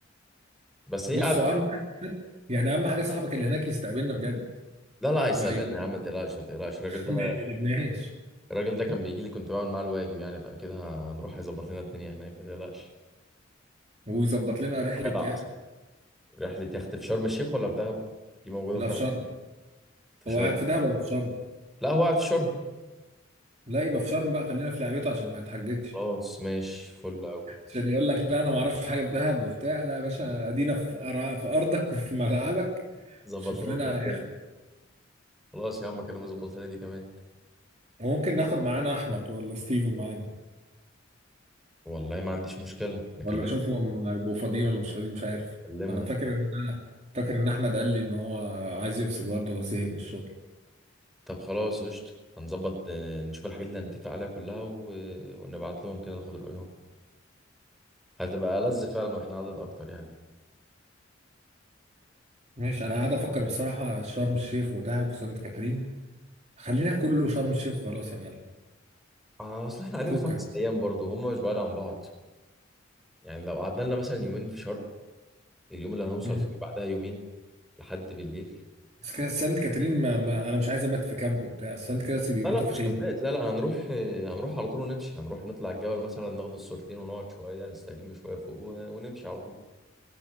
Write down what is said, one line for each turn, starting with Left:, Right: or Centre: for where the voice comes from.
Centre: بس هي
Right: بصوا
Centre: قاعده
Right: اهم حاجه يعني اهم حاجه صاحبك اللي هناك يستقبلنا بجد
Centre: لا لا هيستقبلنا
Right: ما ي-
Centre: يا عم ما تقلقش ما تقلقش الراجل
Right: <laughs>
Centre: ده
Right: ما يقلبناش
Centre: الراجل ده كان بيجي لي كنت بعمل معاه الواجب يعني فاكيد ه- هنروح هيظبط لنا الدنيا هناك ما تقلقش
Right: ويظبط لنا
Centre: يا
Right: رحله
Centre: جدع
Right: يخت
Centre: رحلة يخت في شرم الشيخ ولا في دهب دي موجودة
Right: لا
Centre: في دهب
Right: في شرم
Centre: في
Right: هو
Centre: شرم
Right: قاعد في دهب ولا في شرم
Centre: لا هو قاعد في شرم
Right: لا يبقى في شرم بقى خلينا في لعبته عشان ما يتحججش
Centre: خلاص ماشي فل أوي
Right: عشان يقول لك لا انا ما اعرفش حاجه في دهب وبتاع لا يا باشا ادينا في أرا- في ارضك وفي ملعبك
Centre: ظبط
Right: شوف
Centre: لنا
Right: لنا
Centre: انت الدنيا
Right: يخت
Centre: خلاص يا عم كانوا يظبط لنا دي كمان
Right: وممكن ناخد معانا احمد ولا ستيفن معانا
Centre: والله ما عنديش مشكلة نكلم
Right: ولا شوفهم هيبقوا فاضيين ولا مش فاضيين مش عارف
Centre: نكلمهم
Right: انا فاكر ان انا فاكر ان احمد قال لي ان هو عايز يفصل برضه وزهق من الشغل
Centre: طب خلاص قشطة هنظبط آه، نشوف الحاجات اللي هنتفق عليها كلها و... ونبعت لهم كده ناخد رأيهم هتبقى ألذ فعلا واحنا عدد أكتر يعني
Right: ماشي انا قاعد افكر بصراحه شرم الشيخ ودهب وسانت كاترين خلينا كله شرم الشيخ وخلاص يا معلم
Centre: آه، أصل احنا قاعدين
Right: فكك
Centre: خمس أيام برضو هم مش بعاد عن بعض يعني لو قعدنا لنا مثلا يومين في شرم اليوم اللي هنوصل
Right: مم.
Centre: فيه وبعدها يومين لحد بالليل
Right: بس كده سانت كاترين ما, ما انا مش عايز ابات في كامب وبتاع سانت كاترين بيباتوا
Centre: لا لا مش
Right: في خيمه
Centre: هنبات لا لا هنروح آه، هنروح على طول ونمشي هنروح نطلع الجبل مثلا ناخد الصورتين ونقعد شوية نستجم شوية فوق و- ونمشي على طول